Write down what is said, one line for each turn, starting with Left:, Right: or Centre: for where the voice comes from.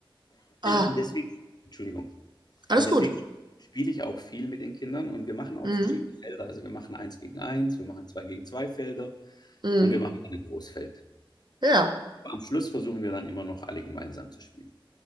Right: Ah,
Left: Und deswegen, Entschuldigung,
Right: alles
Left: und deswegen
Right: gut.
Left: spiele ich auch viel mit den Kindern und wir machen auch
Right: Mhm.
Left: verschiedene Felder. Also wir machen eins gegen eins, wir machen zwei gegen zwei Felder.
Right: Mhm.
Left: Und wir machen dann ein Großfeld.
Right: Ja,
Left: Aber am Schluss versuchen wir dann immer noch alle gemeinsam zu spielen.